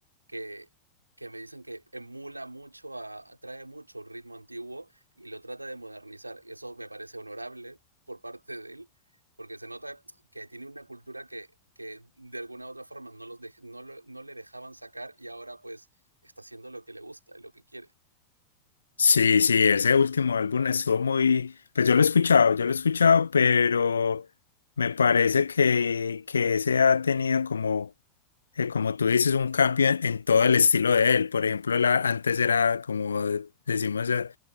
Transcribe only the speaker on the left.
Sí, sí, ese último álbum estuvo muy, pues yo lo he escuchado, yo lo he escuchado, pero me parece que, que ese ha tenido como, eh, como tú dices, un cambio en, en todo el estilo de él. Por ejemplo, la, antes era como decimos eh,